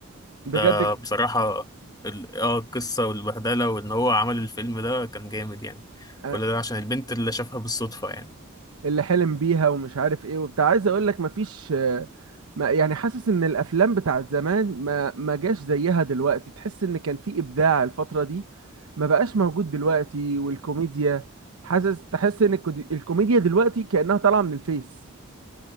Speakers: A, on the right; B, on the left.
A: بجد
B: ده بصراحة ال- اه القصة والبهدلة وان هو عمل الفيلم ده كان جامد يعني
A: آه،
B: كل ده عشان البنت اللي شافها بالصدفة يعني
A: اللي حلم بيها ومش عارف ايه وبتاع عايز اقول لك مفيش آه، ما يعني حاسس ان الافلام بتاعت زمان ما ما جاش زيها دلوقتي تحس ان كان في ابداع الفترة دي ما بقاش موجود دلوقتي والكوميديا حاسس تحس ان الكودي- الكوميديا دلوقتي كأنها طالعة من الفيس